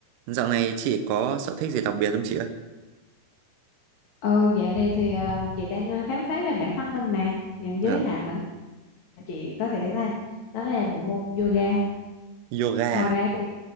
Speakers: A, on the right; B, on the left.
A: Dạo này chị có sở thích gì đặc biệt không chị ơi?
B: Ừ, dạo này thì ờ, chị đang ờ, khám phá về bản thân mình mà những giới
A: À,
B: hạn bản thân chị có thể làm đó là bộ môn yoga
A: yoga.
B: ngoài ra
A: à?
B: thì